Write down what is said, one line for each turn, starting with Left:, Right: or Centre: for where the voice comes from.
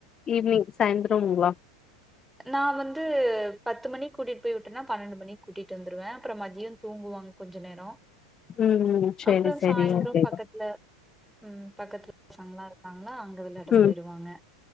Left: ஈவினிங் சாயந்ரொங்களா
Centre: நா வந்து பத்து மணி கூட்டிட்டு போய் விட்டன்னா பன்னெண்டு மணிக்கு கூட்டிட்டு வந்துருவ அப்பறோ மதியோ தூங்குவாங் கொஞ்ச நேரோ
Left: ம் ம் செரி
Centre: அப்பறோ
Left: செரி
Centre: சாய்ந்தரோ
Left: ஓகேக்கா
Centre: பக்கத்துல ம் பக்கத் <inaudible> பசங்களா இருக்காங்களா அங்க விளையாட
Left: ம்
Centre: போயிருவாங்க